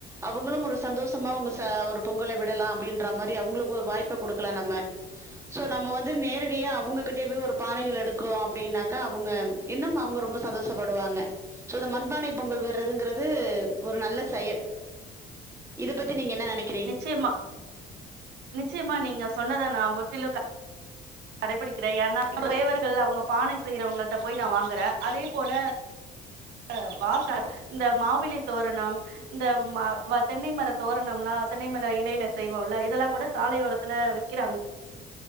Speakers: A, on the right (about 15°); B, on the right (about 80°).
A: அவங்களும் ஒரு சந்தோஷமா அவங்க ச ஒரு பொங்கலை விடலா அப்டின்ற மாதிரி அவங்களுக்கு ஒரு வாய்ப்பை கொடுக்கலாம் நம்ம ஸோ நம்ம வந்து நேரடியாக அவங்ககிட்டய போய் ஒரு பானைகள் எடுக்கு அப்டின்னாக்கா அவங்க இன்னும் அவங்க ரொம்ப சந்தோஷப்படுவாங்க சோ இந்த மண்பானை பொங்கல் விடுறதுங்கிறது ஒரு நல்ல செயல் இத பத்தி நீங்க என்ன நெனைக்
B: நிச்சயமா நிச்சயமா நீங்க சொன்னத நா முற்றிலும் கடைபிடிக்கிறேன் ஏன்னா தேவர்கள் அவங்க பானை செய்யறவங்கள்ட போய் நா வாங்குறேன் அதே போல அ வாசா இந்த மாவிலி தோரணம் இந்த ம வ தென்னை மர தோரணம்லா தென்னை மர இலையில செய்வோம்ல இதெல்லாம் கூட சாலையோர த்துல விக்கிறாங்க